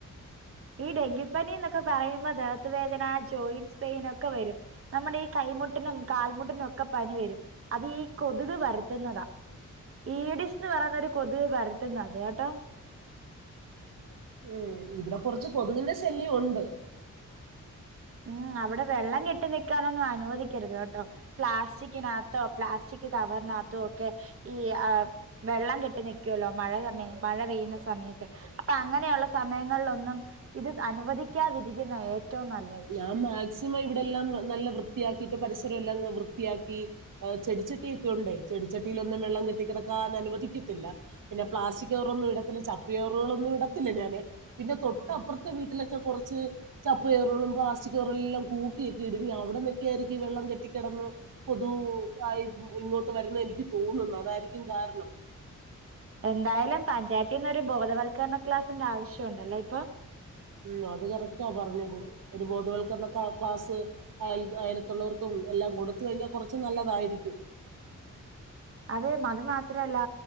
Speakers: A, on the right; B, on the right.
A: ഈ ഡെങ്കിപ്പനീന്നൊക്കെ പറയുമ്പോ ദേഹത്തു വേദന ജോയിൻറ്സ് പെയിൻ ഒക്കെ വരും നമ്മുടെ ഈ കൈ കൈ മുട്ടിനും കാൽമുട്ടിനും ഒക്കെ പനി വരും അത് ഈ കൊതുക് പരത്തുന്നതാ. ഈഡിസ് ന്ന് പറയുന്നൊരു കൊതുവ് പരത്തുന്ന അത് കേട്ടോ
B: ഉം ഇബടെ കൊറച്ച് കൊതുകിന്റെ ശല്യം ഉണ്ട്.
A: ഉം അവടെ വെള്ളം കെട്ടി നിക്കാനൊന്നും അനുവദിക്കരുത് കെ ട്ടോ പ്ലാസ്റ്റിക്കിനകത്തോ പ്ലാസ്റ്റിക് കവ നകത്തുവൊക്കെ ഈ ആ വെള്ളം കെട്ടി നിക്ക്വല്ലോ മഴ സമയം മഴ പെയ്യുന്ന സമയത്ത് അപ്പ അങ്ങനെയുള്ള സമയങ്ങളിലൊന്നും ഇത് അനുവദിക്കാതിരിക്കുന്നാ ഏറ്റവും നല്ലത്.
B: ഞാൻ മാക്സിമം ഇവിടെല്ലാം നല്ല വൃത്തിയാക്കിയിട്ട് പരിസരം എല്ലാം വൃത്തിയാക്കി ഏഹ് ചെടിച്ചട്ടി ഒക്കെ ഉണ്ടേ. ചെടിച്ചട്ടിയിലൊന്നും വെള്ളം കെട്ടിക്കെടക്കാൻ അനുവദിക്കത്തില്ല പിന്നെ പ്ലാസ്റ്റിക് കവറൊന്നും ഇടത്തില്ല ചപ്പ് ചവറുകളൊന്നും ഇട ത്തില്ല ഞാന്. പിന്നെ തൊട്ടപ്പുറത്തെ
A: ഉം.
B: വീട്ടിലൊക്കെ കൊറച്ച് ചപ്പ് ചവറ്കളും പ്ലാസ്റ്റിക് കവറെല്ലാം കൂ കൂട്ടിയക്കെ ഇടും. ഇനി അവടന്നക്കെയായിരിക്കും വെള്ളം കെട്ടിക്കിടന്ന് കൊതു ആയി ഇം ഇങ്ങോട്ട് വരുന്നെ എനിക്ക് തോന്നുന്ന്. അതായിരിക്കും കാരണം
A: എന്തായാലും പഞ്ചായത്തീന്ന് ഒരു ബോധവത്ക്കരണ ക്ലാസ് ന്റെ ആവശ്യോണ്ടല്ലേ ഇപ്പം
B: ഉം അത് കറക്റ്റാ പറഞ്ഞത് ഒരു ബോധവൽക്കരണ ക്ലാ ക്ലാസ് അയൽ അയലത്തുള്ളവർക്കും എല്ലാം കൊടുത്ത് കഴിഞ്ഞാൽ കുറച്ച് നല്ലതായിരിക്കും
A: അതെ അത് മാത്രല്ല